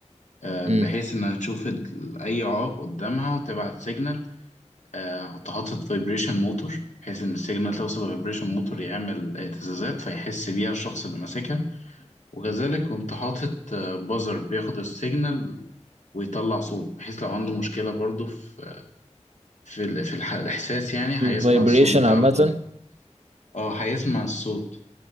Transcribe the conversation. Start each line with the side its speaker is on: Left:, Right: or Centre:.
Left: آه،
Right: امم
Left: بحيث انها تشوف ال- اي عائق قدامها وتبعت سيجنال آه، وتحط فايبريشن موتور بحيث ان السيجنال توصل لفايبريشن موتور يعمل اهتزازات فيحس بيها الشخص اللي ماسكها وكذلك كنت حاطط بازر بياخد السيجنال ويطلع صوت بحيث لو عنده مشكلة برضو في في, ال- في الح- الإحساس يعني هيسمع
Right: فايبريشن
Left: الصوت بتاع
Right: عامه
Left: ال- اه هيسمع الصوت